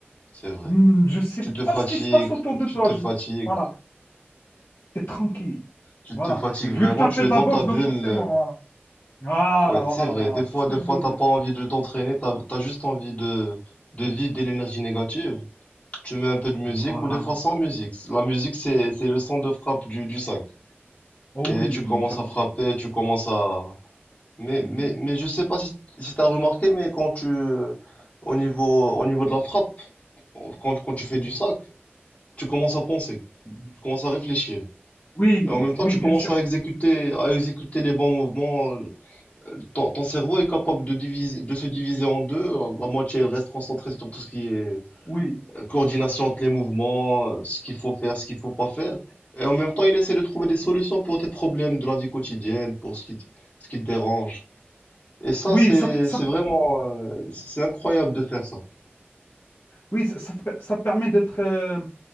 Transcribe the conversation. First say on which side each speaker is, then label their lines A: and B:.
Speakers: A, on the left (about 35°); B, on the left (about 55°).
A: c'est vrai.
B: Hmm, Je sais
A: Tu te fatigues,
B: pas ce qui se passe autour de
A: tu
B: toi.
A: te
B: Je-
A: fatigues,
B: Voilà, t'es tranquille.
A: tu
B: Voilà.
A: te fatigues
B: Vu
A: vraiment,
B: que tu as
A: tu
B: fait
A: es
B: de
A: dans
B: la boxe,
A: ta bulle.
B: donc forcément,
A: euh,
B: voilà. Voilà,
A: Ouais, c'est
B: voilà,
A: vrai.
B: voilà.
A: Des fois,
B: C'est ce
A: des
B: que je
A: fois,
B: voulais
A: t'as
B: dire.
A: pas envie de t'entraîner, t'as, t'as juste envie de, de vider l'énergie négative. Tu mets un peu de musique
B: Voilà.
A: ou des fois sans musique. La musique, c'est, c'est le son de frappe du, du sac.
B: Oh
A: Et
B: oui,
A: tu commences
B: j'adore.
A: à frapper, tu commences à... Mais,
B: Mhm,
A: mais, mais je sais pas si, si t'as remarqué, mais quand tu, au niveau, au niveau de la frappe, quand, quand tu fais
B: mhm,
A: du sac, tu commences à penser.
B: mhm.
A: Tu commences à réfléchir.
B: Oui,
A: Et en même temps,
B: oui,
A: tu commences
B: bien sûr.
A: à exécuter, à exécuter les bons mouvements. euh, Ton, ton cerveau est capable de diviser, de se diviser en deux. La, la moitié, elle reste concentrée sur tout ce qui est
B: Oui,
A: euh, coordination entre les mouvements, euh, ce qu'il faut faire, ce qu'il faut pas faire. Et en même temps, il essaie de trouver des solutions pour tes problèmes de la vie quotidienne, pour ce qui te, ce qui te dérange. Et ça,
B: oui,
A: c'est,
B: ça, ça,
A: c'est vraiment, euh, c'est incroyable de faire ça.
B: oui, ça, ça te per- ça te permet d'être. euh,